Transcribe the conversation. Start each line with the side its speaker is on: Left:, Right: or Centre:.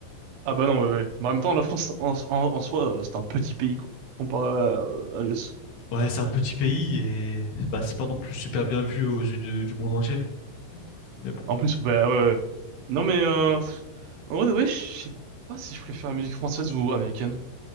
Right: Ah bah non, ouais, ouais. Mais en même temps, la France, en, en, en soi, euh, c'est un petit pays, quoi. Comparé à, à l'US.
Left: Ouais, c'est un petit pays et. Bah, c'est pas non plus super bien vu aux yeux de- du monde entier. Mais bon.
Right: En plus, bah ouais, ouais. Non mais, euh, pff, en vrai, de vrai, je sais pas si je préfère la musique française ou américaine.